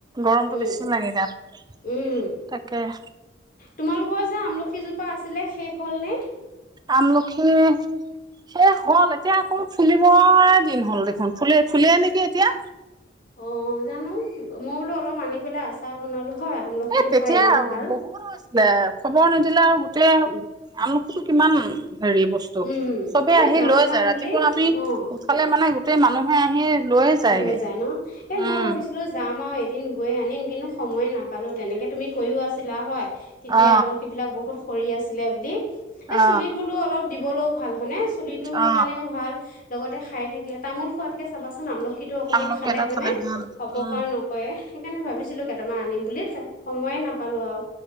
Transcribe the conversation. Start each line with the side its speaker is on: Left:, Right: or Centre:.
Right: গৰমতটো
Left: উম
Right: বেছি লাগে তাত,
Left: উম
Right: তাকেই।
Left: তোমালোকৰ যে আমলখিজোপা আছিলে শেষ হ'লনে?
Right: আমলখি শেষ হল, এতিয়া আকৌ ফুলিবয়েই দিন হল দেখোন। ফুলে, ফুলেই নেকি এতিয়া।
Left: অ', জানো। মই বোলো অলপ আনি পেলাই আচাৰ বনালো হয় আমলখিটো
Right: এ, তেতিয়া
Left: খোৱা ইমান ভাল
Right: বহুত হৈছিলে খবৰ নদ জিলাৰ গোটেই আমলখিটো কিমান হেৰি বস্তু
Left: উম,
Right: চবে
Left: এ
Right: আহি
Left: যাম
Right: লৈ
Left: যাম
Right: যায়, ৰাতিপুৱা
Left: বুলি
Right: আমি
Left: অ'
Right: উঠালে মানে গো তাতে মানুহে আহি লৈয়ে যায়গে
Left: লৈ যায় ন? এ,
Right: উম
Left: মই ভাবিছিলো যাম আৰু এ এদিন গৈ আনিম কিন্তু সময়ে নাপালোঁ, তেনেকৈ তুমি কৰিও আছিলা হয়। তেতিয়া
Right: অ
Left: আমলখিবিলাক বহুত কৰি আছিলে বুলি। এ,
Right: অ
Left: চুলিত বোলো অলপ দিবলৈও ভাল হয়নে, চো চুলিটোৰ
Right: অ
Left: কাৰণেও ভাল। লগতে খাই থাকিলে তামোল খোৱাতকে চাবা <unintelligible> সিটো অকণমান
Right: আমলখি
Left: খালে
Right: এটা
Left: মানে,
Right: ভাল
Left: অপকাৰ
Right: উম
Left: নকৰে। সেইকাৰণে ভাবিছিলোঁ কেইটামান আনিম বুলি, ত, সময়ে নাপালো আৰু